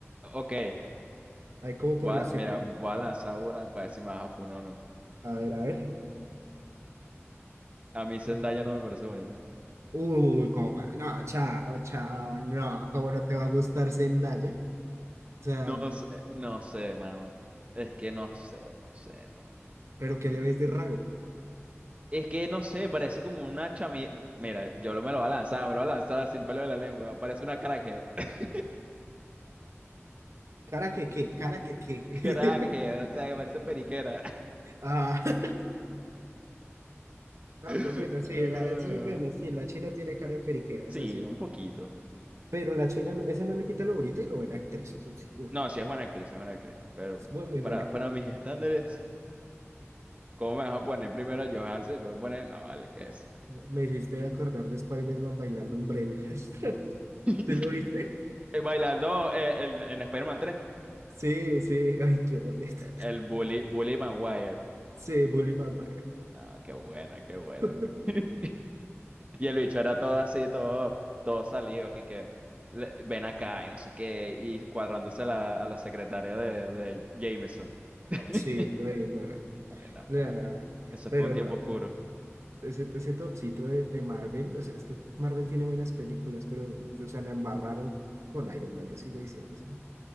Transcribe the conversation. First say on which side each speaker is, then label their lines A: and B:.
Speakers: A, on the right (about 25°); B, on the right (about 80°).
A: ok,
B: Ahí como
A: voy
B: por la
A: a-
B: serie.
A: mira, voy a lanzar una para decir más a funo o no.
B: A ver, a ver.
A: A mí Zendaya
B: Lánzala.
A: no me parece bonita.
B: Uy, como. No, chao, chao, no. ¿Cómo no te va a gustar Zendaya? O sea,
A: No sé, no sé, mano. Es que no sé, no sé, no, no. no.
B: ¿pero qué
A: Mm.
B: le
A: mm.
B: ves de raro?
A: Es que no sé, parece como una chami... Mira, yo lo- me lo voy a lanzar, me lo voy a lanzar sin pelo de la lengua. Parece una crackhead. <laughs>
B: ¿Cara que qué? ¿Cara que qué? <laughs>
A: Crackhead, o sea, que parece periquera.
B: Ah, <laughs> ah,
A: <laughs>
B: pues bueno, sí,
A: Ah,
B: la, es- bueno, sí, la China tiene cara de periquera, eso
A: Sí,
B: sí.
A: un poquito.
B: Pero la China, no- eso no le quita lo bonita y lo buena actriz, eso sí.
A: No, sí es buena actriz, es buena actriz. Pero
B: Es muy, muy
A: para,
B: buena actriz.
A: para mis estándares, ¿cómo me vas a poner primero a Johansson? Después me pones, no, vale, ¿qué es?
B: Me hiciste acordar de Spider-Man bailando Umbrella. <laughs> ¿Sí
A: <laughs>
B: lo viste?
A: Bailando eh, en, en Spider-Man 3.
B: Sí, sí. Ay, qué boleta.
A: El Bully, Bully Maguire.
B: Sí, Bully Maguire.
A: No, qué buena, qué buena.
B: <laughs>
A: <laughs> Y el bicho era todo así, todo, todo salido, que, que le- ven acá y no sé qué, y cuadrándose a la, a la secretaria de, de Jameson. <laughs>
B: Sí, ay, no,
A: Era-
B: nada.
A: Eso
B: Pero
A: fue un tiempo
B: no,
A: oscuro.
B: ese, ese topcito de, de Marvel, o sea, es que Marvel tiene buenas películas, pero, o sea, la embarraron con Iron Man, yo sigo diciendo, o sea,